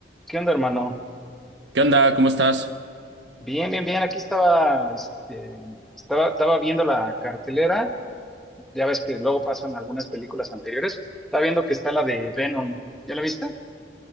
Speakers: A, in the centre; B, on the right.
A: ¿Qué onda, hermano?
B: ¿Qué onda? ¿Cómo estás?
A: Bien, bien, bien. Aquí estaba, este, estaba, estaba viendo la cartelera. Ya ves que luego pasan algunas películas anteriores. Estaba viendo que está la de Venom. ¿Ya la viste?